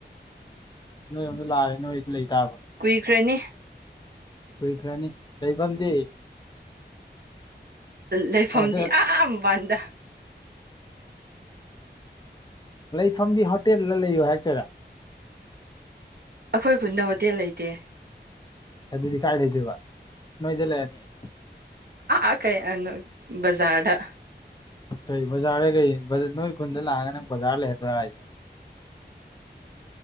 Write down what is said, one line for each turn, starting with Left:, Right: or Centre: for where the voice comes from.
Left: ꯅꯣꯏꯔꯣꯝꯗ ꯂꯥꯛꯑꯗꯤ ꯅꯣꯏꯗ ꯂꯩꯇꯕ
Right: ꯀꯨꯏꯈ꯭ꯔꯅꯤ
Left: ꯀꯨꯏꯈꯔꯅꯤ ꯂꯩꯩꯕꯝꯗꯤ
Right: ꯂꯩꯐꯝꯗꯤ
Left: ꯍꯣꯇꯦꯜ
Right: ꯑ ꯃꯄꯥꯟꯗ
Left: ꯂꯩꯐꯝꯗꯤ ꯍꯣꯇꯦꯜꯗ ꯂꯩꯌꯣ ꯍꯥꯏꯔꯛꯇꯣꯏꯔꯥ
Right: ꯑꯩꯈꯣꯏ ꯈꯨꯟꯗ ꯍꯣꯇꯦꯜ ꯂꯩꯇꯦ
Left: ꯑꯗꯨꯗꯤ ꯀꯥꯏ ꯂꯩꯗꯣꯏꯕ ꯅꯣꯏꯗ ꯂꯩꯔꯅꯤ
Right: ꯑ ꯀꯩ ꯕꯖꯥꯔ ꯗ
Left: ꯀꯩ ꯕꯖꯥꯔꯗꯩ ꯀꯩ ꯅꯣꯏ ꯈꯨꯟꯗ ꯂꯥꯛꯑꯒ ꯅꯪ ꯕꯖꯥꯔ ꯂꯩꯍꯟꯗꯣꯔꯥ ꯍꯥꯏꯁꯦ